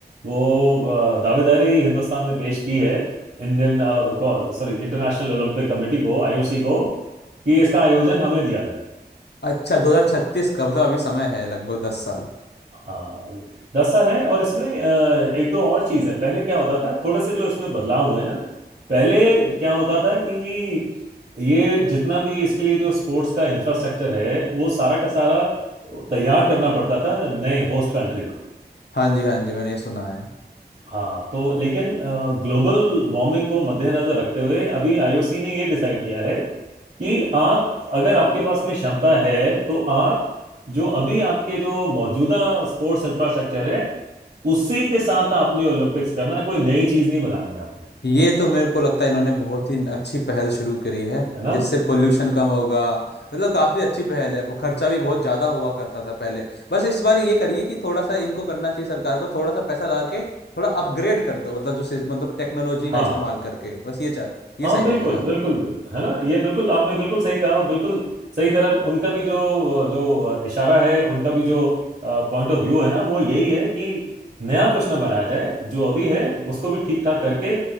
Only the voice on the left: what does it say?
अच्छा 2036 का मतलब अभी समय है लगभग दस साल
हाँ जी हाँ जी मैंने ये सुना है
ये तो मेरे को लगता है इन्होंने बहुत ही अच्छी पहल शुरू करी है
जिससे पोल्यूशन कम होगा मतलब काफ़ी अच्छी पहल है वो खर्चा भी बहुत ज़्यादा हुआ करता था पहले बस इस बार ये करिए कि थोड़ा सा इनको करना चाहिए सरकार को थोड़ा सा पैसा लगा के थोड़ा अपग्रेड कर दो मतलब जो सिस- मतलब टेक्नोलॉजी का
इस्तेमाल करके बस ये चाह ये
सही
रहेगा